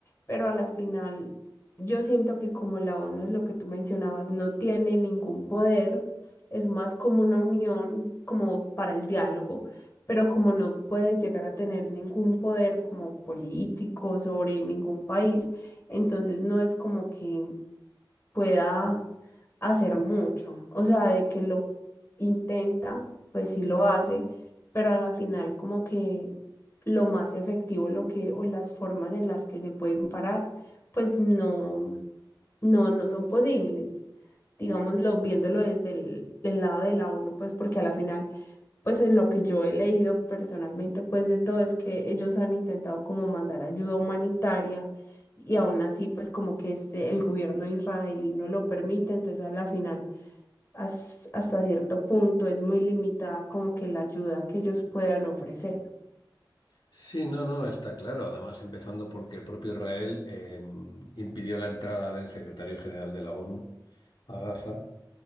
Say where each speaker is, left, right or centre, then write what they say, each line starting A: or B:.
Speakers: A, on the left; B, on the left.
A: pero a la final yo siento que como la ONU es lo que tú mencionabas, no tiene ningún poder, es más como una unión, como para el diálogo. Pero como no puede llegar a tener ningún poder como político sobre ningún país, entonces no es como que pueda hacer mucho. O sea, de que lo intenta, pues sí lo hace, pero a la final como que lo más efectivo, lo que, o las formas en las que se pueden parar, pues no, no, no son posibles digámoslo, viéndolo desde el, el lado de la ONU, pues porque a la final, pues en lo que yo he leído personalmente, pues de todo es que ellos han intentado como mandar ayuda humanitaria y aún así, pues como que este, el gobierno israelí no lo permite, entonces a la final, has- hasta cierto punto es muy limitada como que la ayuda que ellos puedan ofrecer.
B: Sí, no, no, está claro. Además, empezando porque el propio Israel eh, impidió la entrada del secretario general de la ONU a Gaza,